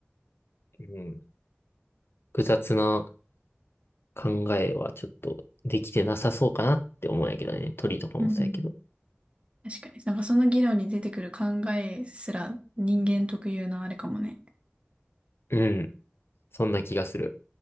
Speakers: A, on the left (about 65°); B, on the right (about 30°).
A: うん。複雑な考えはちょっとできてなさそうかなって思うんやけどね。鳥とかもそうやけど。
B: うん。確かに。なんかその議論に出てくる考えすら人間特有のあれかもね。
A: うん。そんな気がする。